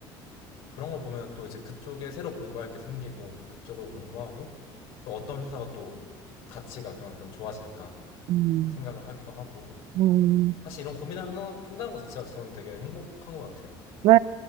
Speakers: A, on the left; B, on the right.
A: 그런 걸 보면 또 이제 그쪽에 새로 공부할 게 생기고 그쪽을 공부하고 또 어떤 회사가 또 가치가 그만큼 좋아질까
B: 음,
A: 생각을 하기도 하고
B: 음,
A: 사실 이런 고민을 하나, 한다는 것 자체가 저는 되게 행복한 것 같아요.
B: 네.